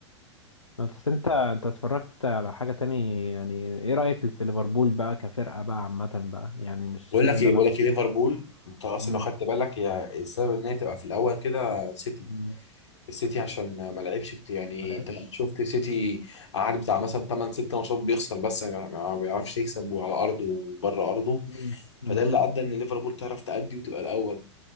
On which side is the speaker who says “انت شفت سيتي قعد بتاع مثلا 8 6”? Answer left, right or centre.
Left